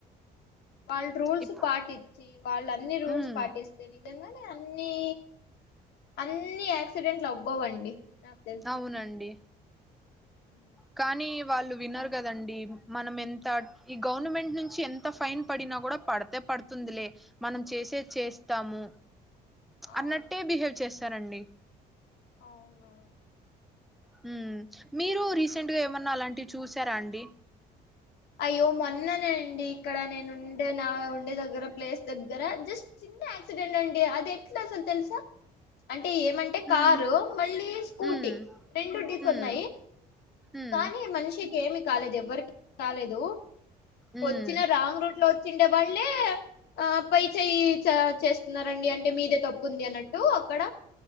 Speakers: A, on the left (about 75°); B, in the centre.
A: వాళ్ళు రూల్స్
B: ఇప్
A: పాటించి వాళ్ళు అన్ని రూల్స్
B: ఉమ్
A: పాటిస్తే ని నిజంగానే అన్నీ అన్నీ యాక్సిడెంట్లు అవ్వవండి నాకు తెలిసినంత
B: అవునండి
A: వరకు ఉ
B: కానీ వాళ్ళు వినరు కదండి మనం ఎంత ఈ గవర్నమెంట్ నుంచి ఎంత ఫైన్ పడినా కూడా పడితే పడుతుందిలే మనం చేసే చేస్తాము
A: అవును
B: అన్నట్టే బిహేవ్ చేసు తరండి
A: అవునవును
B: హ్మ్ మీరు రీసెంట్
A: అది
B: గా ఏమన్నా అలాంటివి చూసి తరండి
A: అయ్యో మొన్ననే అండి ఇక్కడ నేను ఉండే నా ఉండే దగ్గర ప్లేస్ దగ్గర జస్ట్ చిన్న యాక్సిడెంట్ అండి అది ఎట్లా అసలు తెలుసా అంటే ఏమంటే కారు
B: ఉమ్
A: మళ్ళీ స్కూటీ
B: ఉమ్
A: రెండు డీ కొన్నాయి
B: ఉమ్ ఉమ్
A: కానీ మనిషికి ఏమి కాలేదు ఎవ్వరికి రాలేదు
B: ఉమ్
A: వచ్చిన రాంగ్ రూట్ లో వచ్చిండే వాళ్ళే ఆ పై చేయి చ చేస్తున్నారండి అంటే మీదే తప్పుంది అన్నట్టు అక్కడ